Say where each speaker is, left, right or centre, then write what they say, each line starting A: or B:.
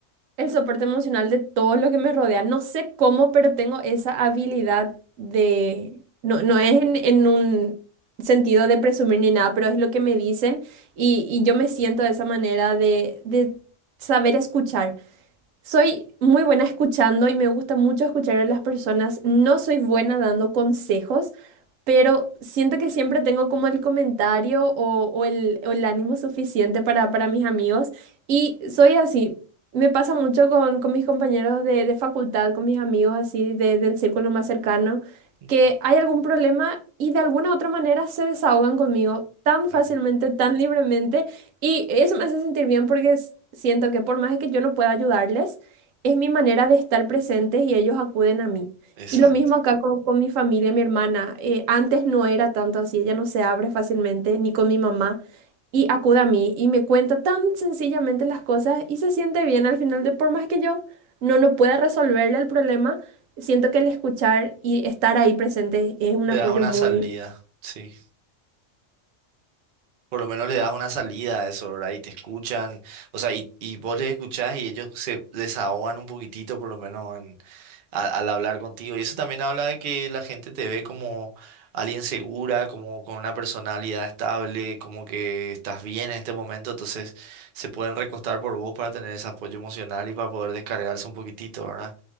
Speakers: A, on the right; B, on the right.
A: el soporte emocional de todo lo que me rodea. No sé cómo, pero tengo esa habilidad de... No, no es en, en un sentido de presumir ni nada, pero es lo que me dicen y, y yo me siento de esa manera de, de saber escuchar. Soy muy buena escuchando y me gusta mucho escuchar a las personas. No soy buena dando consejos, pero siento que siempre tengo como el comentario o, o el, o el ánimo suficiente para, para mis amigos y soy así. Me pasa mucho con, con mis compañeros de, de facultad, con mis amigos así de- del círculo más cercano,
B: Mm,
A: que hay algún problema y de alguna otra manera se desahogan conmigo tan
B: Claro.
A: fácilmente, tan libremente y eso me hace sentir bien porque s- siento que por más que yo no pueda ayudarles, es mi manera de estar presentes y ellos acuden a mí.
B: Exacto.
A: Y lo mismo acá con, con mi familia, mi hermana. Eh, antes no era tanto así, ella no se abre fácilmente, ni con mi mamá. Y acude a mí y me cuenta tan sencillamente las cosas y se siente bien al final de por más que yo no, no pueda resolverle el problema, siento que el escuchar y estar ahí presente es un
B: Le
A: apoyo
B: das una
A: muy
B: salida, sí. Por lo menos le das una salida a eso, ¿verdad? Y te escuchan, o sea, y, y vos les escuchás y ellos se desahogan un poquitito, por lo menos en- a- al hablar contigo. Y eso también habla de que la gente te ve como alguien segura, como con una personalidad estable, como que estás bien en este momento, entonces se pueden recostar por vos para tener ese apoyo emocional y para poder descargarse un poquitito, ¿verdad?